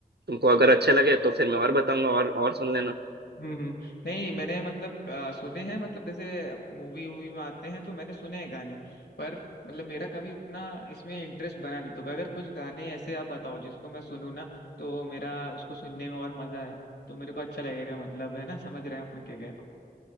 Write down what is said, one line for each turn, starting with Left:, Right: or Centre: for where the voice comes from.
Right: तुमको अगर अच्छे लगे तो फिर मैं और बताऊंगा और और सुन लेना
Left: हम्म हम्म। नहीं मैंने मतलब अ, सुने हैं मतलब जैसे मूवी वूवी में आते हैं तो मैंने सुने हैं गाने पर मतलब मेरा कभी उतना इसमें इंटरेस्ट बना नहीं तो अगर कुछ गाने ऐसे आप बताओ जिसको मैं सुनूं ना तो मेरा उसको सुनने में और मजा है तो मेरे को अच्छा लगेगा मतलब है ना समझ रहे हैं आप मैं क्या कह रहा हूँ